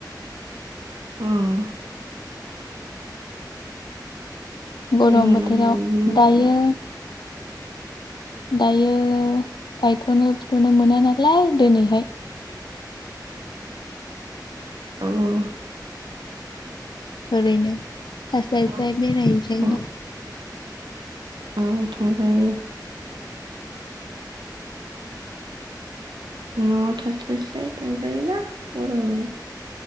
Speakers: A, on the right (about 90°); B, on the left (about 80°).
A: उम।
B: गरम
A: बेरायनांगौ
B: बोथोराव
A: बिदिनो
B: दायो
A: एसे
B: दायो गायथनो फुथनो मोना नालाय दिनैहाय
A: औ औ औ।
B: ओरैनो थास्लायस्लाय
A: थां
B: बेरायहैजायोना।
A: थां औ थांजायो। न'आव थास्लायस्लाय थांजायो ना गरमाव।